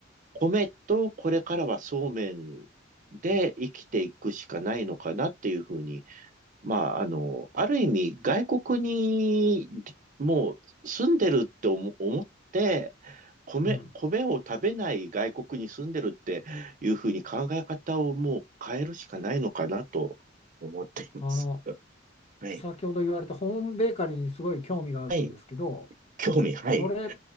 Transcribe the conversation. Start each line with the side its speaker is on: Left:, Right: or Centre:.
Right: 米とこれからはそうめんで生きていくしかないのかなっていうふうにまあ、あの、ある意味、外国にもう住んでるって思、思って、米、
Left: うん。
Right: 米を食べない外国に住んでるっていうふうに考え方をもう変えるしかないのかなと思っています。
Left: あの、
Right: はい。
Left: 先ほど言われたホームベーカリーにすごい興味があるんですけど、
Right: はい。興味、はい。
Left: それ、